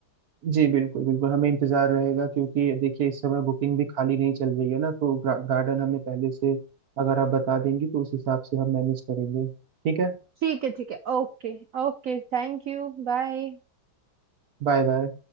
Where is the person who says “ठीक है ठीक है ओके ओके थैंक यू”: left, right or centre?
Right